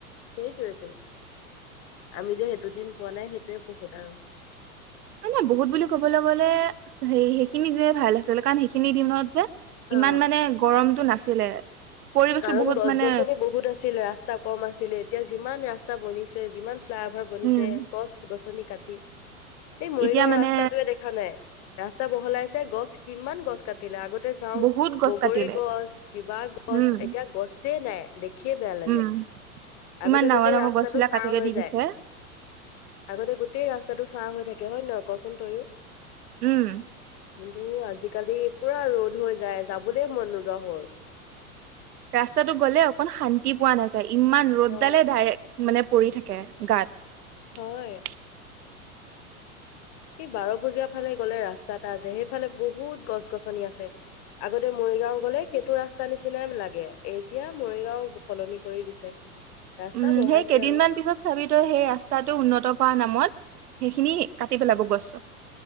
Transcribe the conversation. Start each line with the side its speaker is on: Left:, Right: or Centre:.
Left: সেইটোৱেটো, আমি যে দুদিন পোৱা নাই সেইটোৱে বহুত আৰু।
Right: মানে বহুত বুলি ক'বলৈ গ'লে হেৰি সেইখিনি যে ভাল আছিলে কাৰণ সেইখিনি দিনত যে
Left: অ'।
Right: ইমান মানে গৰমটো নাছিলে। পৰিৱেশটো
Left: কাৰণ
Right: বহুত
Left: গছ-গছনি
Right: মানে
Left: বহুত আছিল ৰাস্তা কম আছিলে এতিয়া যিমান ৰাস্তা বনিছে যিমান ফ্লাই অভাৰ বনিছে
Right: উম
Left: গছ-গছনি কাট <inaudible> এই মৰিগাঁওৰ
Right: এতিয়া মানে
Left: ৰাস্তাটোৱে দেখা নাই। ৰাস্তা বহলাইছে গছ কিমান গছ কাট তিলে আগতে যাওঁ
Right: বহুত গছ
Left: বগৰী
Right: কাটিলে
Left: গছ, কিবা গছ
Right: উম
Left: এতিয়া গছেই নাই। দেখিয়ে বেয়া লাগে
Right: উম
Left: আগতে
Right: ইমান ডাঙৰ
Left: গোটেই
Right: ডাঙৰ
Left: ৰাস্তাটো
Right: গছ বিলাক
Left: চাঁ
Right: কাটি কাটি
Left: হৈ যায়
Right: দিছে।
Left: আগতে গোটেই ৰাস্তাটো চাঁ হৈ থাকে হয় নহয় কচোন তয়ো।
Right: উম।
Left: কিন্তু আজিকালি পুৰা ৰ'দ হৈ যায় যাবলৈ মন নোযোৱা হ'ল।
Right: ৰাস্তাটো গ'লে অকন শান্তি পোৱা নাযায়। ইমান ৰ'দডালে
Left: অ
Right: ধাৰে মানে পৰি থাকে। কে গাত
Left: হয় সে বাৰ পূজীয়া ফালে গলে ৰাস্তা এটা আছে সেইফালে বহুত গছ-গছনি আছে আগতে মৰিগাঁও গ'লে সেইটো ৰাস্তা নিচিনাই লাগে এতিয়া মৰিগাঁও সলনি কৰি দিছে। ৰাস্তা
Right: উম,
Left: বঢ়াইছে
Right: সেই কেইদিনমান
Left: আৰু
Right: পিছত চাবি তই সেই ৰাস্তাটো উন্নত কৰা নামত সেইখিনি কাটি পেলাব গছ